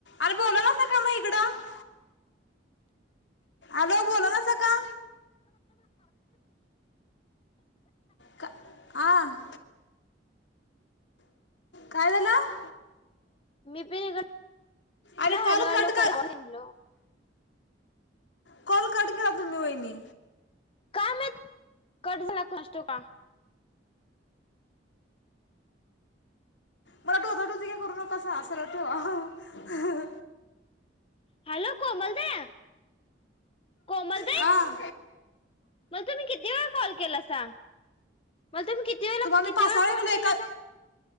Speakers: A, on the left; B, on the left.
A: आरं बोलावलासा का म इकडं? आगं, बोलवलासा का? का, आ? काय झालं?
B: मी पण इकडनं
A: अरे कॉल
B: हॅलो हॅलो
A: कट कर
B: करत होते.
A: कॉल कट केला तूम्ही वहिनी.
B: काय माहीत, कट झाला कोणास ठाऊक का?
A: मला टोचाटोची काय करू नकासा, सरळ ठेवा. हा
B: हॅलो, कोमल दा, कोमल
A: आ.
B: मला तुम्ही किती वेळा कॉल केलासा, मला तुम्ही किती वेळेला,
A: तुम्हाला
B: किती
A: मी पाच
B: वेळा
A: सहा
B: कॉल
A: केलं एका
B: केलासा?